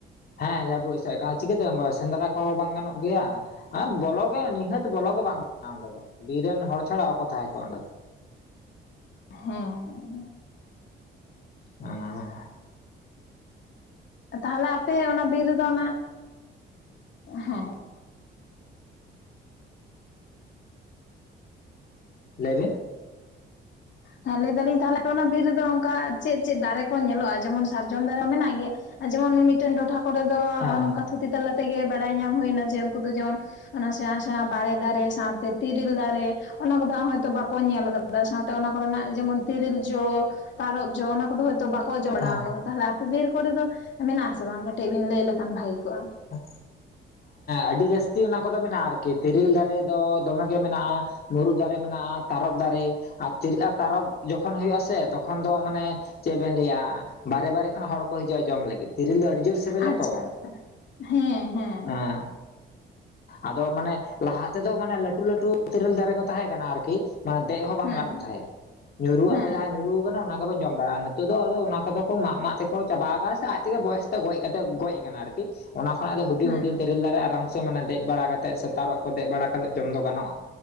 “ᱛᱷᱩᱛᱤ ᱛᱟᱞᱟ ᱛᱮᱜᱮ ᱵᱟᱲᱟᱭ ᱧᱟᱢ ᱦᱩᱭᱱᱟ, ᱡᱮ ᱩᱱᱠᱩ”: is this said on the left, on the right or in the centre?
Left